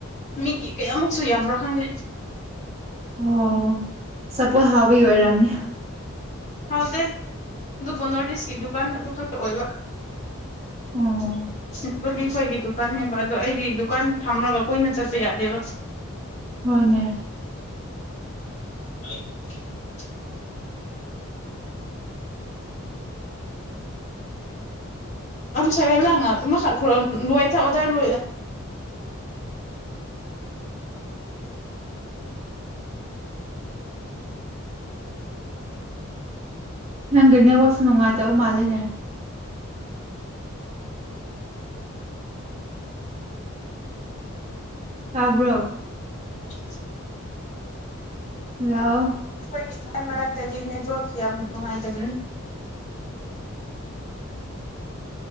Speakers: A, on the left (about 30°); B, on the right (about 30°).
A: ꯃꯤꯒꯤ ꯀꯌꯥꯃꯨꯛꯁꯨ ꯌꯥꯝꯕ꯭ꯔꯥ ꯈꯪꯗꯦ
B: ꯑꯣ ꯆꯄꯣꯠ ꯍꯥꯎꯕꯒꯤ ꯑꯣꯏꯔꯝꯅꯤ
A: ꯍꯥꯎꯗꯦ ꯑꯗꯨꯕꯨ ꯅꯣꯔꯠ ꯏꯁꯀꯤ ꯗꯨꯀꯥꯟ ꯑꯗꯨ ꯈꯛꯇ ꯑꯣꯏꯕ
B: ꯑꯣ
A: <unintelligible> ꯄꯂꯤꯈꯣꯏꯒꯤ ꯗꯨꯀꯥꯟꯅꯦꯕ ꯑꯗꯨꯗꯣ ꯑꯩꯗꯤ ꯗꯨꯀꯥꯟ ꯊꯝꯂꯒ ꯀꯨꯏꯅ ꯆꯠꯄ ꯌꯥꯗꯦꯕ
B: ꯍꯣꯏꯅꯦ
A: <unintelligible> ꯑꯝ ꯁꯒꯥꯏ ꯂꯉ ꯃꯈꯥ ꯈꯔꯣ ꯂꯣꯏ ꯊ ꯑꯣꯗꯔ ꯂꯣꯏ
B: ꯅꯪꯒꯤ ꯅꯦꯠꯋꯥꯛꯁꯨ ꯅꯨꯡꯉꯥꯏꯇꯕ ꯃꯥꯜꯂꯤꯅꯦ ꯇꯥꯕ꯭ꯔꯣ
A: <unintelligible>
B: ꯍꯜꯂꫭ
A: ꯑꯩꯈꯣꯏꯒꯤ ꯀꯥꯟ ꯃꯔꯛꯇꯗꯤ <unintelligible> ꯅꯦꯕꯣꯛꯁꯤ ꯌꯥꯝ ꯅꯨꯡꯉꯥꯏꯇꯕꯅꯤ